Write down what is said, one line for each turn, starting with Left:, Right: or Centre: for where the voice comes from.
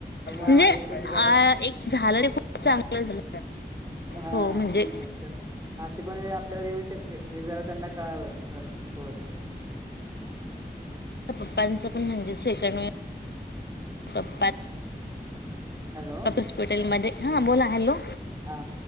Right: मग
Left: म्हणजे
Right: हे तेच घरात.
Left: आ एक झालं ते खूप चांगलं झालं.
Right: हा
Left: हो म्हणजे
Right: मंग कायच. अशी पण वेळ आपल्यावर येऊ शकते हे जरा त्यांना कळालं जरा थोडस
Left: पप्पांचं पण म्हणजे सेकण पप्पा
Right: हॅलो
Left: कपसपोटेलमध्येध्ये हा बोला हॅलो
Right: हा